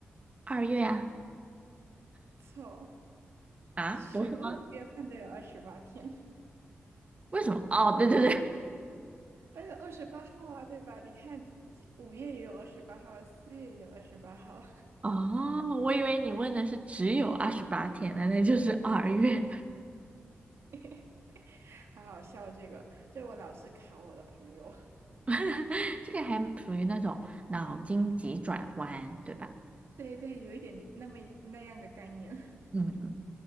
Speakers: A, on the right; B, on the right.
A: 二月啊
B: 错。
A: 啊，
B: 全部的月份都有二十八天，
A: 不是吗？为什么？哦，对对对，
B: <laughs> 都有二十八号啊，对吧？你看，这五月也有二十八号，四月也有二十八号，
A: 哦，我以为你问的是只有二十八天呢，那就是二月，
B: <laughs> 好好笑这个，这我老是考我的朋友。<laughs>
A: <laughs> 这个还属于那种脑筋急转弯，对吧？
B: 对对，有一点那么那样的概念，
A: 嗯嗯